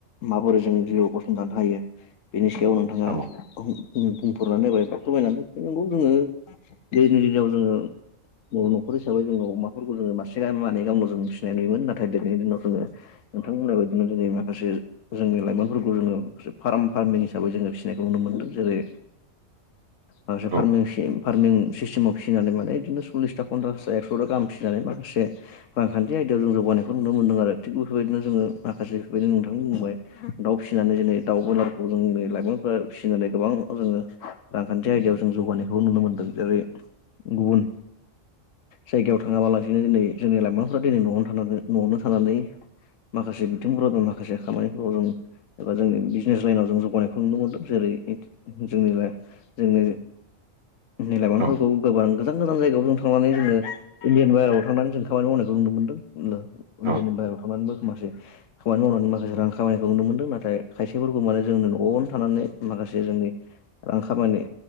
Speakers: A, on the left; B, on the right.
A: माबाोर जों जिउआव गसंथानो हायो बेनि सोमोन्दै बेयाव
B: औ
A: नोंथाङा <unintelligible> बा खमायनानै नगौ जोङो दैनि दिनाव जोङो न'खर हिसाबै जोङो अमाफोरखौ जोङो मासे मानै गामनावल फिनाय नुयोमोन नाथाय दिनैनि दिनाव जोङो नोंथां बुंबाय बायदिनो जोंनि माखासे जोंनि लाइमोनफोरखौ जोङो फार्म फार्मिन हिसै जोङो फिसिनायखौ नुनो मोनो मोनदों जेरै माखसे
B: औ
A: फार्मिंसिम फार्मिं सिस्टेमाव फिसिनानै माने बिदिनो सल्लिसथा पनसासथा एकस'थि गाहाम फिनानै माखासे रांखान्थि आयदायाव जों जौगानायखौ नुनो मोन्दों आरो <unintelligible> थिग बेफोरबायदिनो जोङो माखासे बेफोरबायदिनो नोंथांनि बुंबाय दाउ फिसिनानै जेरै दाउ ब्रयलारखौ जोंनि लाइमोनफ्रा फिसिनानै गोबां <unintelligible> रांखान्थि आयदायाव जों जौगानायखौ नुनो मोनदों जेरै गुबुन जायगायाव थाङाबालासिनो दिनै जोंनि लाइमोनफोरा दिनै न'आवनो थानानै न'आवनो थानानै माखासे बिथिंफोराव <unintelligible> माखासे खामानिफोराव <unintelligible> एबा जोंनि बिजनेस लाइनाव जों जौगानायखौ नुनो मोनदों जेरै जोंनि लाइ जोंनो नि लाइमोनफोरखौ
B: औ
A: गोबां गोजान गोजान जायगायाव थांनानै जोङो इणदियानि बाहेराव थांनानै जों खामानि मावनायखौ नुनो मोनदों दा
B: औ
A: इण्डियनि बाहेरायाव थांनानैबो माखासे खामानि मावनानै माखासे रां खामानिखौ नुनो मोनदों नाथाय खायसेफोरखौ माने जोंनो न'आवनो थानानै माखा बसे जोंनि रां खामायनाय